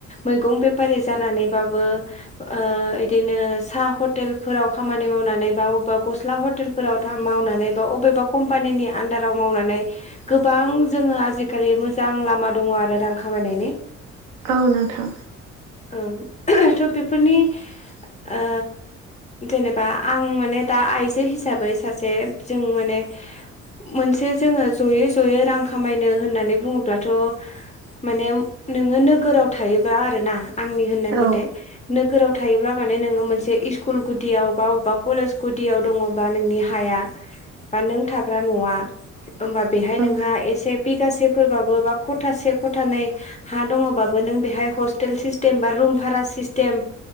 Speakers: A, on the left; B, on the right.
A: मैगं बेफारि जानानैबाबो ओ इदिनो साहा हटेलफोराव खामानि मावनानै बा अबा गस्ला ह हटेलफोराव मावनानै बा बबेबा कम्पानिनि आन्दाराव मावनानै गोबां जोङो आजिखालि मोजां लामा दङ आरो रां खामायनायनि।
B: औ नोंथां।
A: ओं थ' बेफोरनि ओ जेनेबा आं माने दा आइजो हिसा हिसाबै सासे जों माने मोनसे जोङो जयै जयै रां खामायनो होननानै बुङोब्लाथ' माने नोङो नोगोराव थायोब्लाा आरोना आंनि होननाय मथे
B: औ
A: नोगोराव थायोब्ला माने नोङो मोनसे इस्कुल गुदियाव बबा अबेबा कलेज गुदियाव दङ बा नोंनि हाया बा नों थाग्रा न'आ होमबा बेहाय
B: औ
A: नोंहा एसे बिगासेफोरबाबो बा खथासे खथानै हा दङबाबो नों बेहाय हस्टेल सिस्टेम बा रुम भारा सिस्टेम